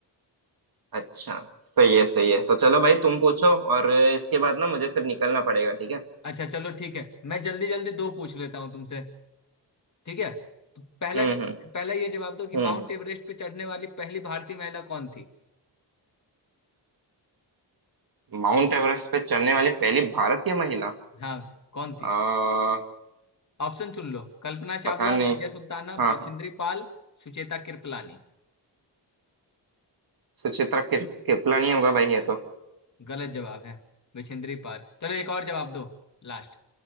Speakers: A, on the right (about 55°); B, on the left (about 40°).
A: अच्छा सही है सही है तो चलो भाई तुम पूछो और इसके बाद ना मुझे फिर निकलना पड़ेगा ठीक है
B: अच्छा चलो ठीक है मैं जल्दी जल्दी दो पूछ लेता हूँ तुमसे ठीक है तो पहला
A: हम्म हम्म
B: पहला ये जवाब दो कि
A: हम्म
B: माउंट एवरेस्ट पे चढ़ने वाली पहली भारतीय महिला कौन थी
A: माउंट एवरेस्ट पे चढ़ने वाली पहली भारतीय महिला
B: हाँ कौन
A: आ,
B: थी ऑप्शन सुन लो कल्पना
A: पता
B: चावला
A: नहीं
B: रजिया सुल्ताना
A: हाँ
B: बछेंद्री
A: हाँ
B: पाल सुचेता कृपलानी
A: सुचित्रा किर, किपला नहीं होगा भाई ये तो
B: गलत जवाब है बछेंद्री पाल चलो एक और जवाब दो लास्ट